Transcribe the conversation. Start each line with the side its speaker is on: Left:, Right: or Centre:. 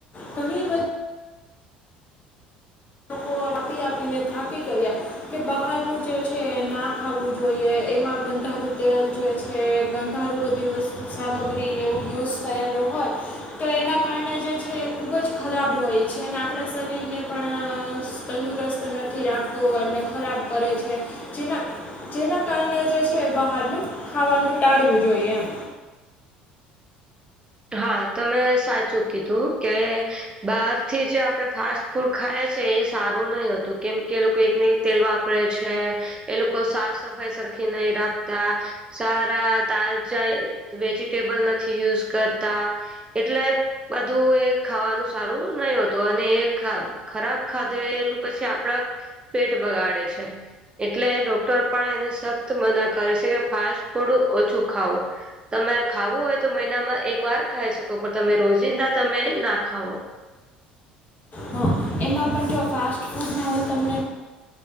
Left: ઘણી બધી લોકો રપિ આપીને થાકી ગયા કે બહારનું જે છે ના ખાવવું જોઈએ એમાં ગંધારું તેલ જે છે કે ગંધારું બધી વસ્તુ સામગ્રીને એવું યુઝ થયેલુ હોય તો એના કારણે જે છે. એ ખૂબ જ ખરાબ હોય છે ને આપણા શરીરને પણ <unintelligible> તંદુરસ્ત નથી રાખતો અને ખરાબ કરે છે. જેના જેના કારણે જે છે. બહારનું ખાવાનું ટાળવું જોઈએ એમ.
Right: હા તમે સાચું કીધું કે બહાર થી જે આપડે ફાસ્ટ... ફાસ ફૂડ ખાયે છે એ સારું નઈ હતું કેમ કે લોકો એક ને એક તેલ વાપરે છે. એ લોકો સાફ સફાઈ સરખી નઈ રાખતા સારા તાજા વેજીિટેબલ નથી યુઝ કરતા. એટલે બધું એ ખાવાનું સારું નઈ હોતું એને એ ખાવ ખરાબ ખાધેલું પછી આપડા પેટ બગાડે છે એટલે ડોક્ટર પણ એને સખત મના કરે છે કે ફાસ્ટ ફૂડ ઓછું ખાવ તમારે ખાવું હોય તો મહિનામાં એક વાર ખાઈ શકો પણ તમે રોજિંદા તમે ના ખાવો
Left: હા એમાં પણ જો ફાસ્ટ ફૂડ ના હું તમને